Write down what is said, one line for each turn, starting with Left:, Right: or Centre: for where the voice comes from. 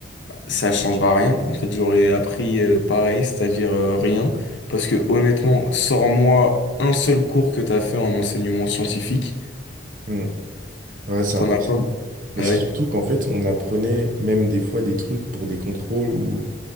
Left: ça changera rien. En fait, j'aurais appris euh, pareil, c'est-à-dire euh, rien. Parce que honnêtement, sors-moi un seul cours que t'as fait en enseignement scientifique,
Right: Mm. Ouais, c'est
Left: t'en
Right: impossible.
Left: as pas.
Right: Mais
Left: Ah
Right: c'est
Left: Ouais.
Right: surtout qu'en fait, on apprenait même des fois des trucs pour des contrôles ou